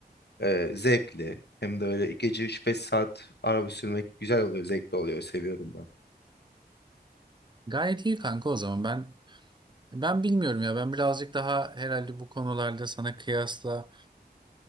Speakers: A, on the left (about 80°); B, on the right (about 25°).
A: e, zevkli hem de öyle gece üç beş saat araba sürmek güzel oluyor, zevkli oluyor, seviyorum ben.
B: Gayet iyi kanka o zaman. Ben ben bilmiyorum ya. Ben birazcık daha herhalde bu konularda sana kıyasla